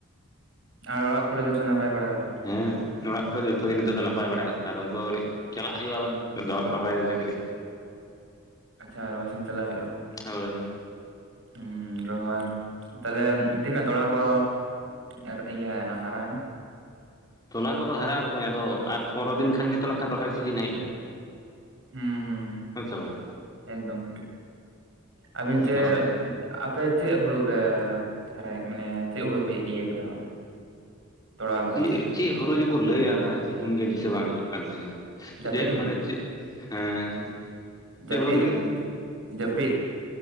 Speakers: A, on the right; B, on the left.
A: ᱟᱨ ᱚᱲᱟᱜ ᱠᱚᱨᱮ ᱡᱚᱛᱚ ᱱᱟᱯᱟᱭ ᱵᱟᱲᱟ ᱜᱮᱛᱚ
B: ᱦᱮᱸ ᱚᱲᱟᱜ ᱠᱚᱨᱮ ᱡᱚᱛᱚ ᱜᱮ ᱱᱤᱛᱚᱜ ᱫᱚ ᱱᱟᱯᱟᱭ ᱵᱟᱲᱟᱭ ᱦᱮᱱᱟᱜ ᱟᱠᱟᱫᱟ ᱟᱫᱚ ᱩᱱᱠᱩ ᱜᱮ ᱟᱹᱴᱤᱡ ᱪᱟᱞᱟᱜ ᱦᱩᱭᱩᱜᱼᱟ ᱟᱵᱟᱨ
A: ᱦᱮᱸ
B: ᱫᱚ ᱨᱚᱦᱚᱭ ᱨᱮ ᱠᱟᱹᱴᱤᱡ
A: ᱟᱪᱷᱟ ᱨᱚᱦᱚᱭ ᱥᱮᱱ ᱪᱟᱞᱟᱜᱣ ᱦᱩᱭᱩᱜᱼᱟ, ᱵᱟᱝ
B: ᱦᱳᱭ
A: ᱦᱩᱸ, ᱨᱚᱦᱚᱭ ᱛᱟᱦᱞᱮ ᱛᱤᱱᱟᱹᱜ ᱛᱚᱲᱟ ᱠᱚ ᱮᱨ ᱤᱭᱟᱹᱭᱮᱱᱟ ᱦᱟᱨᱟᱭᱮᱱᱟ
B: ᱛᱚᱞᱟ ᱠᱚᱫᱚ ᱦᱟᱨᱟᱜ-ᱟ ᱵᱚᱠᱚᱧ ᱟᱫᱚ ᱟᱨ ᱯᱚᱸᱨᱚ ᱫᱤᱱ ᱠᱷᱟᱱ ᱜᱮᱛᱚ ᱱᱟᱜ ᱠᱷᱟᱱ ᱟᱫᱚ ᱨᱚᱦᱚᱭ ᱥᱤᱡᱤᱱ ᱦᱮᱡ ᱮᱱᱟ
A: ᱦᱩᱸ ᱦᱩᱸ
B: ᱦᱮᱸ ᱥᱮ ᱵᱟᱝ
A: ᱮᱠᱫᱚᱢ ᱟᱹᱵᱤᱱ
B: ᱚᱱᱟ
A: ᱪᱮᱫ
B: ᱠᱚ ᱨᱚᱦᱚᱭᱟ
A: ᱟᱯᱮ ᱪᱮᱫ ᱦᱩᱲᱩ ᱯᱮ ᱦᱟᱨᱟᱭ, ᱢᱟᱱᱮ ᱪᱮᱫ ᱦᱩᱲᱩ ᱯᱮ ᱤᱭᱟᱹ ᱠᱟᱫᱟ ᱚᱸᱰᱮ? ᱛᱚᱲᱟ ᱠᱟᱫᱟ
B: ᱪᱮᱫ
A: ᱯᱮ
B: ᱪᱮᱫ ᱦᱩᱨᱩ ᱡᱮᱠᱚ ᱞᱟᱹᱭᱟ ᱚᱱᱟ ᱧᱩᱛᱩᱢ ᱜᱮ ᱫᱤᱥᱟᱹ ᱵᱟᱝ ᱦᱤᱡᱩᱜ ᱠᱟᱱ ᱛᱤᱧᱟᱹ ᱚᱱᱟ᱾
A: ᱡᱟᱹᱯᱤᱫ
B: ᱡᱮ
A: ᱦᱩᱲᱩ
B: ᱢᱟᱱᱮ ᱪᱮᱫ ᱦᱮᱸ, ᱪᱮᱫ
A: ᱡᱟᱹᱯᱤᱫ
B: ᱦᱩᱲᱩᱢ ᱞᱟᱹᱭ ᱠᱮᱫᱟ?
A: ᱡᱟᱹᱯᱤᱫ